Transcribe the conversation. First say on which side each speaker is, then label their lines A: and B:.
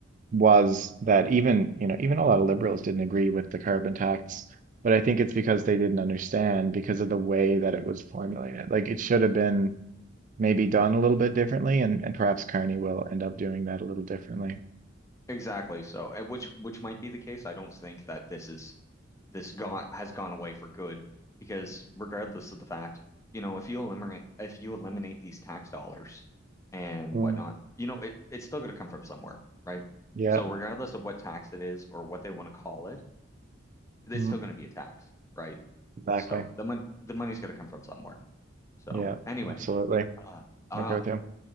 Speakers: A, on the right; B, on the left.
A: was that even you know even a lot of liberals didn't agree with the carbon tax, but I think it's because they didn't understand because of the way that it was formulated. Like it should have been maybe done a little bit differently, and and perhaps Carney will end up doing that a little differently.
B: exactly so, and which which might be the case. I don't think that this is this gone has gone away for good because regardless of the fact, you know, if you eliminate if you eliminate these tax dollars and
A: Mm,
B: whatnot, you know, it it's still going to come from somewhere, right?
A: yeah,
B: So regardless of what tax it is or what they want to call it, it's
A: mm,
B: still going to be a tax, right?
A: exactly.
B: So the money the money's got to come from somewhere. So
A: Yeah,
B: anyway,
A: absolutely.
B: uh, uh,
A: I agree with you.